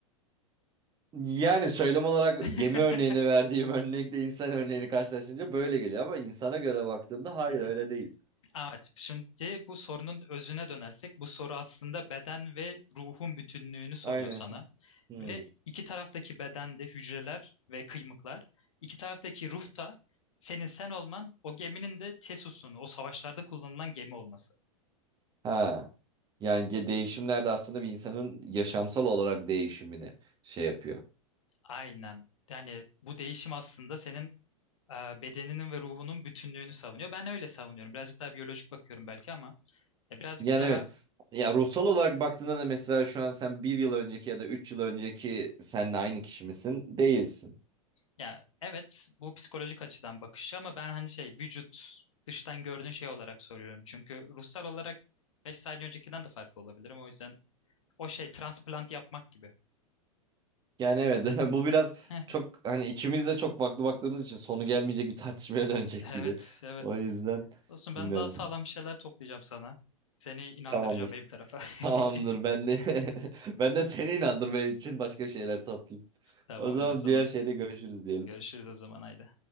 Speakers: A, on the right; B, on the left.
A: Yani söylem olarak
B: <laughs>
A: gemi örneğine verdiğim örnekle insan örneğini karşılaştırınca böyle geliyor ama insana göre baktığımda hayır
B: Hı hı.
A: öyle değil.
B: Evet, şimdi bu sorunun özüne dönersek, bu soru aslında beden ve ruhun bütünlüğünü soruyor
A: Aynen.
B: sana.
A: Hmm.
B: Ve iki taraftaki bedende hücreler ve kıymıklar, iki taraftaki ruh da senin sen olman, o geminin de Theseus'un, o savaşlarda kullanılan gemi olması.
A: Ha. Yani ge- değişimler de aslında bir insanın yaşamsal olarak değişimini şey yapıyor.
B: Aynen. Yani bu değişim aslında senin e, bedeninin ve ruhunun bütünlüğünü savunuyor. Ben öyle savunuyorum. Birazcık daha biyolojik bakıyorum belki ama e, birazcık
A: Yani
B: daha...
A: evet. Ya ruhsal olarak baktığında da mesela şu an sen bir yıl önceki ya da üç yıl önceki seninle aynı kişi misin? Değilsin.
B: Ya evet bu psikolojik açıdan bakışı ama ben hani şey vücut dıştan gördüğün şey olarak soruyorum. Çünkü ruhsal olarak 5 saniye öncekinden de farklı olabilirim. O yüzden o şey transplant yapmak gibi.
A: Yani evet <laughs> bu biraz
B: <laughs>
A: çok hani ikimiz de çok farklı baktığımız için sonu gelmeyecek bir tartışmaya <laughs> dönecek
B: Evet evet.
A: gibi.
B: evet.
A: O yüzden
B: Olsun ben
A: bilmiyorum.
B: daha sağlam bir şeyler toplayacağım sana. Seni inandıracağım
A: Tamamdır.
B: benim tarafa.
A: Tamamdır
B: <laughs>
A: ben de <laughs> ben de seni inandırmaya için başka şeyler toplayayım.
B: Tamamdır
A: O zaman
B: o zaman.
A: diğer şeyde görüşürüz diyelim.
B: Görüşürüz o zaman haydi.